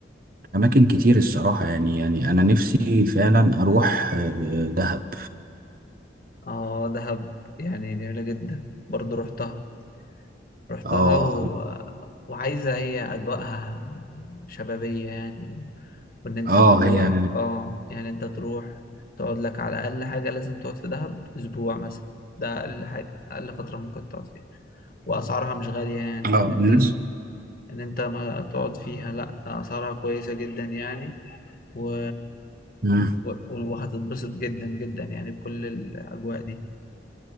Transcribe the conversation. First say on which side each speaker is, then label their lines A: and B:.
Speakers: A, on the right (about 50°); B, on the left (about 50°).
A: أماكن كتير الصراحة يعني يعني أنا نفسي فعلا أروح آه، دهب
B: اه دهب يعني جميلة جدا برضه رحتها رحتها
A: آه
B: و... وعايزة هي اجواءها شبابية يعني و... وان انت
A: آه
B: تروح
A: هي
B: اه يعني انت تروح تقعد لك على اقل حاجة لازم تقعد في دهب اسبوع مثلا ده اقل حاجة اقل فترة ممكن تقعد فيها واسعارها مش غالية يعني
A: آه
B: ان انت
A: الناس
B: ان انت ما تقعد فيها لا اسعارها كويسة جدا يعني و...
A: أمم،
B: و... وهتتبسط جدا جدا يعني بكل الأجواء دي